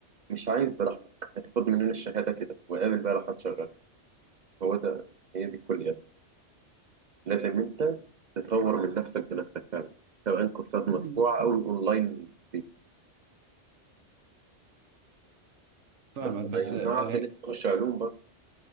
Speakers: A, on the right (about 50°); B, on the right (about 75°).
A: مش عايز براحتك هتاخد مننا الشهادة كده وقابل بقى راح تشغل هو ده هي دي الكلية لازم انت تطور من نفسك بنفسك فعلا سواء كورسات
B: بس
A: مدفوعة او اونلاين فري.
B: فاهمك
A: بس
B: بس
A: ما يمنعش
B: آه،
A: ان انت تخش علوم بقى